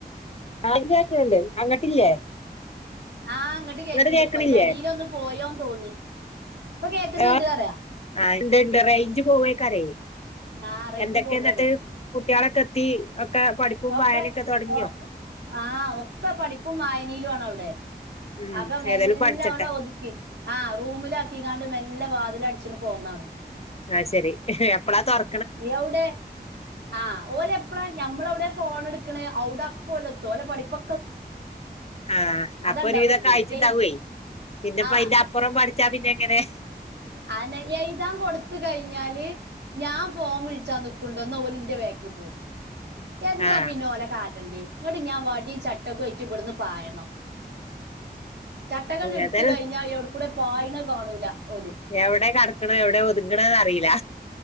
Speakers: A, on the left; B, on the right.
A: ആ യില് കേക്കണണ്ട് അങ്ങട്ടില്ല
B: ആഹ ഇങ്ങട്ട് കേക്ക്ണ്ട്
A: കേക്കണില്ലേ
B: ഇപ്പ അയിന്റെ എടീല് ഒന്ന് പോയോന്ന് തോന്നി ഇപ്പൊ കേക്കുന്നുണ്ട്
A: ആ
B: പറയാ
A: ആയിഞ്ചഞ്ച് റേഞ്ച് പോവേക്കറെ
B: ആഹ് റേഞ്ച്
A: എന്തൊക്കെ
B: പോകാണേ
A: ന്നിട്ട് കുട്ടിളൊക്കെ എത്തി ഒക്കെ പഠിപ്പും
B: ഓക്കെ
A: വായനൊക്കെ തുടങ്ങിയോ
B: ഓക്ക് ആഹ ഒക്കെ പഠിപ്പും വായനീലുണ് അവടെ
A: ഉം
B: അപ്പം മെല്ലാവടെ
A: ഏതായാലും പഠിച്ചട്ടെ
B: ഒതുക്കി ആ റൂമില് ആക്കിക്കാണ്ട് മെല്ല വാതില് അടിച് പോന്നാണ്
A: ആഹ് ശരി എപ്പളാതൊർ
B: നിയൌടെ ആഹ് ഓല് എപ്പളാ ഞമ്മളൗടെ ഫോൺ എടുക്ക്ണെ അൗടെ അപ്പോലെത്തും ഓലെ പഠിപ്പൊ
A: അ ആഹ്
B: അതാണ്ടാവ
A: അപ്പൊരു വിതൊക്കെ
B: ഇഞ്ഞ്
A: ആയിട്ടുണ്ടാവൊയ്
B: എഴ്
A: പിന്നെപ്പ
B: ആഹ്
A: അയിന്റെ അപ്പുറം പടിച്ചാ പിന്നെ എങ്ങനെ
B: അതന്നെ എഴുതാൻ കൊടുത്ത് കഴിഞ്ഞാല് ഞാൻ ഫോൺ വിളിച്ചാ നിക്ക്ണ്ടോന്നോല് ന്റെ ബേക്കി <unintelligible> എന്താ
A: ആഹ്
B: പിന്നെ ഓല കാട്ടൻണ്ടിയെ ഇങ്ങട്ട് ഞാൻ വടിം ചട്ടകൈറ്റ് ഇവട്ന്ന് പായണം ചട്ടകങ് എട്ത്ത്
A: ഏതായാലും
B: കഴിഞ്ഞാൽ എവ്ട് കുടെ പായണ കാണൂല ഓല്
A: എവടെ കടക്ക്ണ് എവിടെ ഒതുങ്ങണന്ന്റിയില്ല